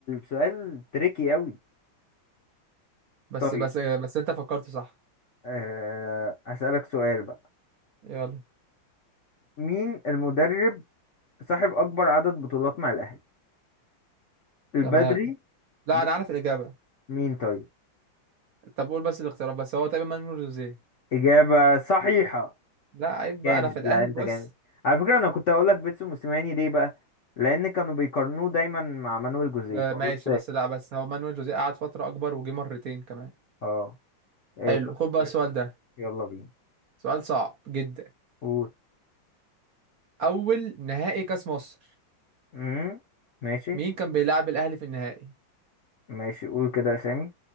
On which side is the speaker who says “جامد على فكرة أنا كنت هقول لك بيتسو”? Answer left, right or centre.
Left